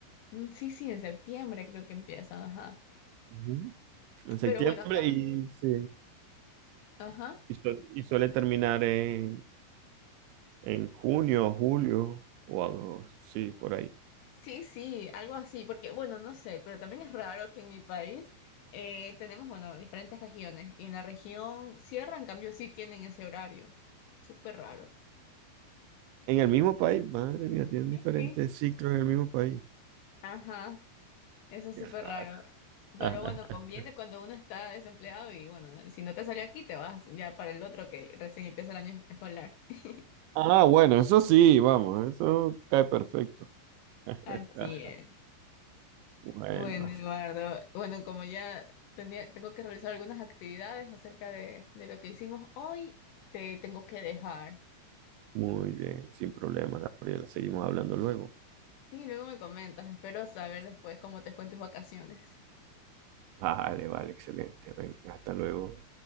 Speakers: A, on the left; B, on the right.
A: Mm, sí, sí, en septiembre creo que empiezan, ajá.
B: Ujú. En septiembre
A: Pero bueno, acá
B: y, sí,
A: Ajá.
B: y, su- y suele terminar en, en junio, julio o algo, sí, por ahí.
A: Sí, sí, algo así, porque bueno, no sé, pero también es raro que en mi país eh, tenemos, bueno, diferentes regiones y en la región sierra, en cambio, sí tienen ese horario. Súper raro.
B: En el mismo país, madre mía, tienen diferentes
A: Sí, sí.
B: ciclos en el mismo país.
A: Ajá, eso es
B: Qué
A: súper
B: raro.
A: raro. Pero
B: <laughs>
A: bueno, conviene cuando uno está desempleado y bueno, si no te sale aquí, te vas ya para el otro que recién empieza el año escolar. <laughs>
B: Ah, bueno, eso sí, vamos, eso cae perfecto. <laughs>
A: Así es.
B: Bueno,
A: Bueno, Eduardo, bueno, como ya tenía, tengo que realizar algunas actividades acerca de, de lo que hicimos hoy, te tengo que dejar.
B: muy bien, sin problema, Gabriela. Seguimos hablando luego.
A: Sí, luego me comentas, espero saber después cómo te fue en tus vacaciones.
B: Vale, vale, excelente. Venga, hasta luego.